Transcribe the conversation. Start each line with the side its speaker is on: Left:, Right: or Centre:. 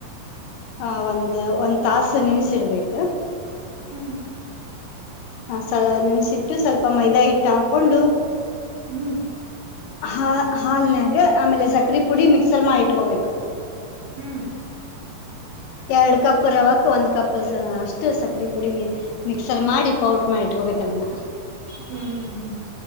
Left: ಹ ಒಂದ್ ಒಂದ್ ತಾಸು ನೆನ್ಸಿಡ್ಬೇಕು
Right: ಹ್ಮ್
Left: ಹ ಸ ನೆನ್ಸಿಟ್ಟು ಸ್ವಲ್ಪ ಮೈದಾ ಇಟ್ಟು ಹಾಕೊಂಡು
Right: ಹ್ಮ್
Left: ಹಾ ಹಾಲ್ನ್ಯಾಗ ಆಮೇಲೆ ಸಕ್ರೆ ಪುಡಿ ಮಿಕ್ಸರ್ ಮಾಡಿ ಇಟ್ಕೋಬೇಕು
Right: ಹ್ಮ್ ಹ್ಮ್
Left: ಎರಡ್ ಕಪ್ ರವಕ್ ಒಂದ್ ಕಪ್ ಅಷ್ಟು ಸಕರೆೆ ಪುಡಿ ಮ ಮಿಕ್ಸರ್ ಮಾಡಿ ಪೌಡ್ರ ಮಾಡಿ ಇಟ್ಕೋಬೇಕ ಅದನ್ನ.
Right: ಹ್ಮ್ ಹ್ಮ್ ಹ್ಮ್.